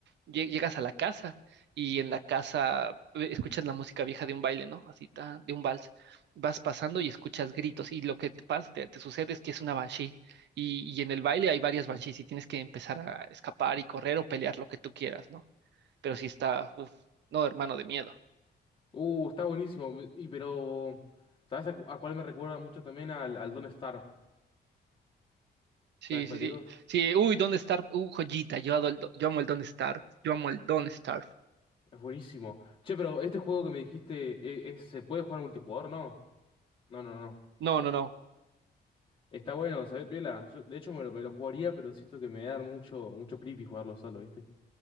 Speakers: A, on the right; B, on the left.
A: Lle- Llegas a la casa y en la casa eh, escuchas la música vieja de un baile, ¿no? Así, ta, de un vals. Vas pasando y escuchas gritos y lo que te pasa, te, te sucede es que es una banshee y, y en el baile hay varias banshees y tienes que empezar a escapar y correr o pelear lo que tú quieras, ¿no? Pero sí está, uff, no, hermano, de miedo.
B: Uh, está buenísimo. Y pero, ¿sabes a, cu- a cuál me recuerda mucho también al, al Don't Starve?
A: Sí,
B: ¿Sabes
A: sí,
B: cuál
A: sí.
B: digo?
A: Sí, uy, Don't Starve. Uh, joyita. Yo, ado el do- yo amo el Don't Starve. Yo amo el Don't Starve.
B: Es buenísimo. Che, pero este juego que me dijiste, eh, es- ¿se puede jugar multijugador? No. No, no, no.
A: No, no, no.
B: Está bueno, ¿sabés, Piola? Yo, de hecho, me lo, me lo jugaría, pero siento que me da mucho, mucho creepy jugarlo solo, ¿viste?